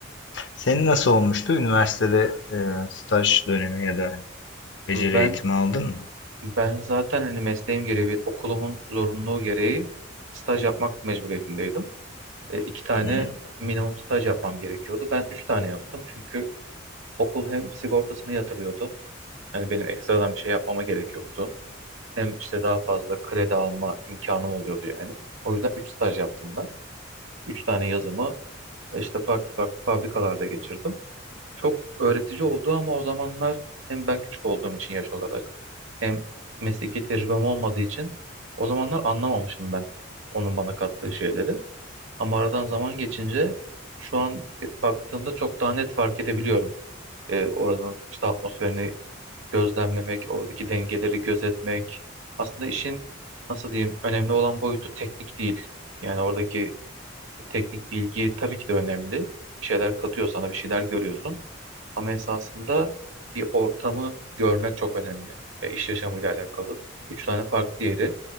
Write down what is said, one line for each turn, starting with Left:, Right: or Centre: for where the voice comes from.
Left: Senin nasıl olmuştu? Üniversitede e, staj dönemi ya da beceri
Right: Ben
Left: eğitimi aldın mı?
Right: ben zaten hani mesleğim gereği, ve okulumun zorunluluğu gereği staj yapmak mecburiyetindeydim. E, iki tane
Left: Hı-hı.
Right: minimum staj yapmam gerekiyordu. Ben üç tane yaptım çünkü okul hem sigortasını yatırıyordu. Yani benim ekstradan bir şey yapmama gerek yoktu. Hem işte daha fazla kredi alma imkanım oluyordu yani. O yüzden üç staj yaptım ben. Üç tane yazımı işte farklı farklı fabrikalarda geçirdim. çok öğretici oldu ama o zamanlar hem ben küçük olduğum için yaş olarak hem mesleki tecrübem olmadığı için o zamanlar anlamamışım ben onun bana kattığı şeyleri. Ama aradan zaman geçince şu an baktığımda çok daha net fark edebiliyorum. Ee, oranın işte atmosferini gözlemlemek, oradaki dengeleri gözetmek. Aslında işin nasıl diyeyim önemli olan boyutu teknik değil. Yani oradaki teknik bilgi tabii ki de önemli. Bir şeyler katıyor sana, bir şeyler görüyorsun. Ama esasında bir ortamı görmek çok önemli. Ya iş yaşamıyla alakalı. Üç tane farklı yeri